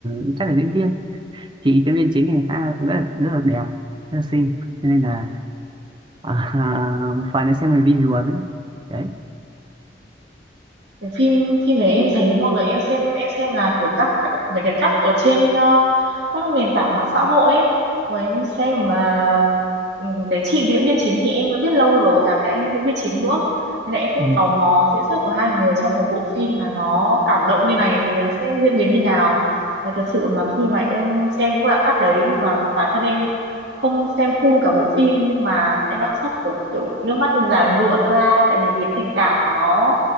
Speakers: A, on the right; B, on the right.
A: thì chắc là diễn viên chị diễn viên chính này khá là, rất là, rất là đẹp rất là xinh Cho nên là à, à, một phần là xem về visual nữa đấy
B: Cái phim phim đấy em thấy mọi người em xem em xem là kiểu các các- mấy cái cắt ở trên ờ, các nền tảng mạng xã hội ấy Rồi em xem mà ừ, cái chị diễn viên chính thì em đã biết lâu rồi cả cái anh diễn viên chính nữa nên là em cũng
A: ừ,
B: tò mò diễn xuất của hai người trong một bộ phim mà nó cảm động như này thì nó sẽ diễn biến như nào và thật sự mà khi mà em xem những cái đoạn cắt đấy mà bản thân em không xem full cả bộ phim nhưng mà em đã khóc kiểu kiểu nước mắt giàn giụa ra ấy, tại vì cái tình cảm của nó